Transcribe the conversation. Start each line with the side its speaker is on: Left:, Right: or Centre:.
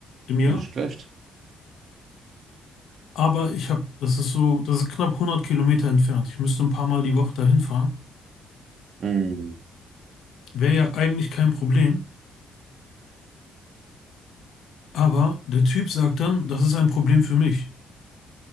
Left: im Jahr.
Right: Nicht schlecht.
Left: Aber ich habe, das ist so, das ist knapp hundert Kilometer entfernt. Ich müsste ein paar Mal die Woche dahin fahren.
Right: Hm.
Left: Wäre ja eigentlich kein Problem, aber der Typ sagt dann, das ist ein Problem für mich,